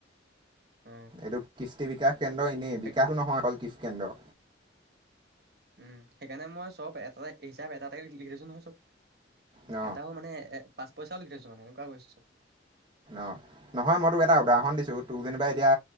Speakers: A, on the right; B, on the right.
A: অ
B: এইটো কৃষ্টি বিকাশ কেন্দ্ৰ এনেই,
A: সেই
B: বিকাশ নহয় অকল কৃষ্টি কেন্দ্ৰ।
A: উম, সেইকাৰণে মই চব এটা- এটা হিচাপ এটা- এটা লিখি দিছো নহয় চব।
B: ন
A: এটাও মানে এ পাঁচ পইচাও লিখি থৈছো মানে, এনেকুৱা হৈছোঁ
B: অ', নহয় মই তোক এটা উদাহৰণ দিছোঁ, তোক যেনিবা এতিয়া